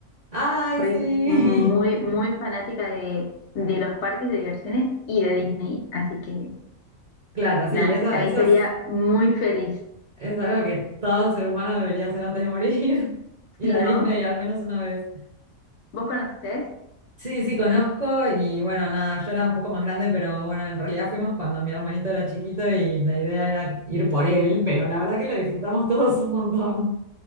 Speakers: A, on the right (about 40°); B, on the left (about 65°).
A: Ay,
B: Soy
A: sí.
B: muy,
A: <laughs>
B: muy fanática de, de los parques de diversiones y de Disney, así que
A: Claro, sí,
B: nada,
A: eso,
B: se-
A: eso
B: ahí sería
A: es,
B: muy feliz.
A: es algo que todo ser humano debería hacer antes de morir, <laughs> ir
B: Si
A: a
B: no,
A: Disney al menos una vez.
B: ¿vos conocés?
A: Sí, sí, conozco y bueno, nada, yo era un poco más grande, pero bueno, en realidad fuimos cuando mi hermanito era chiquito y la idea era ir por él, pero la verdad que lo disfrutamos <laughs> todos un montón.